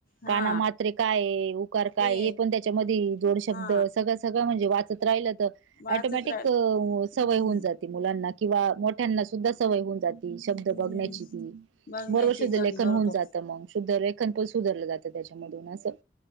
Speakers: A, on the left (about 50°); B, on the right (about 75°).
A: हा
B: काना मात्रे काय, उकार काय
A: ते
B: हे पण त्याच्या जोड शब्द
A: हा
B: सगळं- सगळं म्हणजे वाचत राहिलं तर
A: वाचत
B: टोमॅटिक
A: राहील
B: सवय
A: हम्म
B: होऊन जाते. मुलांना किंवा मोठ्यांना सुद्धा सवय होऊन जाते शब्द
A: हम्म
B: बघण्याची.
A: बघण्याची
B: बर शुद्ध लेखन
A: पण बरोबर
B: होऊन जातं मग, शुद्ध लेखन पण सुधारलं जातं त्याच्यामधून असं.